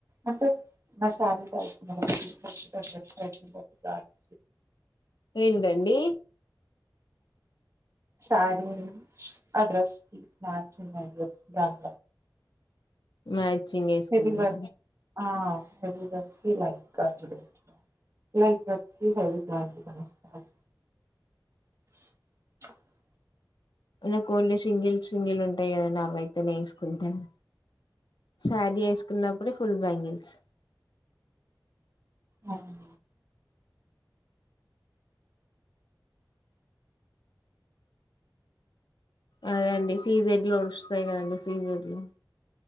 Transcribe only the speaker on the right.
అంటే మ సారిగ <unintelligible>
సారీ ఆ డ్రెస్కి మచింగ్ అయినై అ బాగిల్
హెవీ వర్క్ ఆ హెవీ వర్కు లైట్ గాజులు లైట్ వర్కు హెవీ గాజులు ఏసుకోవాలి <inaudible>
అవునా